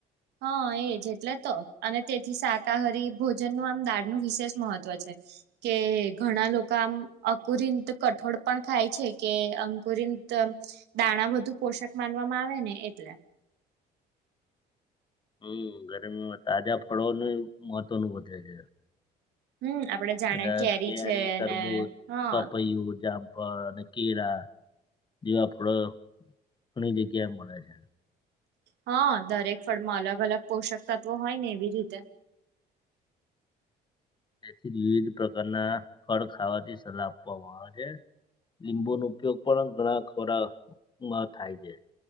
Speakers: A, on the right (about 80°); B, on the left (about 25°).
A: હા એજ એટલે તો અને તેથી શાકાહારી ભોજનનું આમ દાળનું વિશેષ મહત્વ છે. કે ઘણા લોકો આમ અકુરિંત કઠોળ પણ ખાય છે કે અંકુરિંન ત દાણા બધુ પોષક માનવામાં આવે ને એટલે
B: હમ્મ ગરમીમાં તાજા ફળોનું મહત્વનું વધે છે.
A: હમ આપડે જાણે
B: અને કેરી,
A: છે
B: તરબૂજ,
A: ને હા
B: પપૈયુ, જામ ફળ કેરા જેવા ફળો ઘણી જગ્યાએ મળે છે.
A: હાં, દરેક ફળમાં અલગ અલગ પોષક તત્વો હોય ને એવી રીતે
B: તેથી વિવિધ પ્રકારના ફળ ખાવાથી સલાહ આપવામાં આવે છે લીંબુનો ઉપયોગ પણ ઘણા ખોરામાં થાય છે